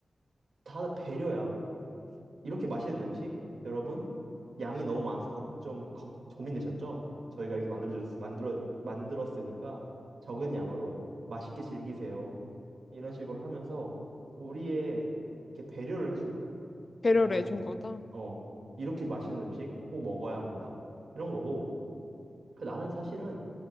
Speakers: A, on the right (about 75°); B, on the left (about 40°).
A: 다 배려야. 이렇게 맛있는 음식, 여러분, 양이 너무 많아서 걱정, 걱, 고민되셨죠? 저희가 이렇게 만들어드렸, 만들어, 만들었으니까 적은 양으로 맛있게 즐기세요. 이런 식으로 하면서 우리의 이렇게 배려를 해준 거라고.
B: 배려를
A: 먹으세요.
B: 해준 거다.
A: 어. 이렇게 맛있는 음식 꼭 먹어야 합니다. 이런 거고. 그 나는 사실은